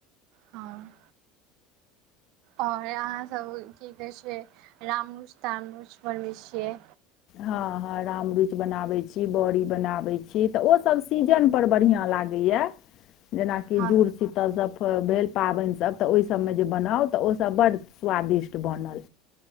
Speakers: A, on the right; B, on the left.
A: हँ। और आहाँ सब की कहै छै रामरुच -तामरुच बनबै छियै।
B: हँ हँ राम रुइच बनाबै छी बड़ी बनाबै छी तऽ ओसब सीजन पर बढ़िआँ लागैया। जेनाकि
A: हँ
B: जुर सि तल सबसँ पर भेल पाबैन सब तऽ ओईसब मे जे बनाउ तऽ ओसब बड्ड स्वादिष्ट बनल।